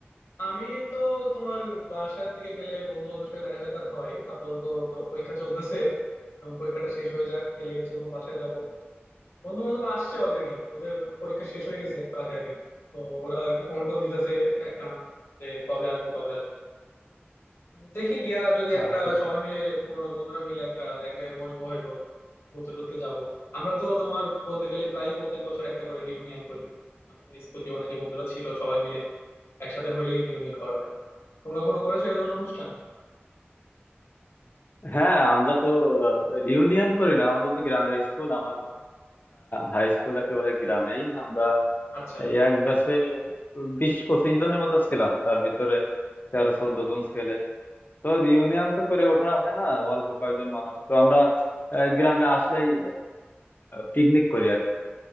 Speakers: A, on the left; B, on the left.
A: আমি তো তোমার বাসার দিকে গেলে বন্ধু বান্ধবের সাথে দেখা সাক্ষাৎ হয় আপাতত তো পরীক্ষা চলতেছে এবং পরীক্ষাটা শেষ হয়ে যাক গেলেই হচ্ছে তোমার বাসায় যাব বন্ধু বান্ধব আসছে অলরেডি ওদের পরীক্ষা শেষ হয়ে গেছে একটু আগে আগে তো ওরা আর কি ফোন টোন দিতেছে একটানা যে কবে আসবো কবে আসবো দেখি গিয়া যদি একটা
B: আচ্ছা আচ্ছা
A: সবাই মিলে পুরোনো বন্ধুরা মিলে একটা এক জায়গায় বসবো হয়তো ঘুরতে টুরতে যাবো আমরা তো তোমার বলতে গেলে প্রায় প্রত্যেক বছর একটা করে রিউনিয়ন করি আহ, স্কুল জীবনে যে বন্ধুরা ছিল সবাই মিলে একসাথে হইলেই রিউনিয়ন করা হয় তোমরা কখনো করেছো এই ধরনের অনুষ্ঠান
B: হ্যাঁ আমরা তো রিউনিয়ন করি না আমাদের তো গ্রামের স্কুল আমার হাই স্কুল একেবারে গ্রামেই আমরা
A: আচ্ছা
B: এই এক ব্যাচে বিশ পঁচিশ জনের মতো ছিলাম তার ভিতরে তেরো চোদ্দ জন ছেলে তো রিউনিয়ন তো করে ওঠা হয় না অল্প কয়েকজন মানুষ তো আমরা আহ, গ্রামে আসলেই পিকনিক করি আর কি